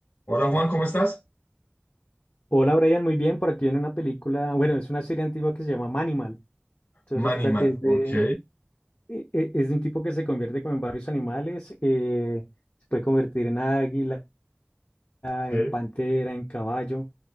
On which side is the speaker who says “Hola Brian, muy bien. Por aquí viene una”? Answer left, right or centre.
Left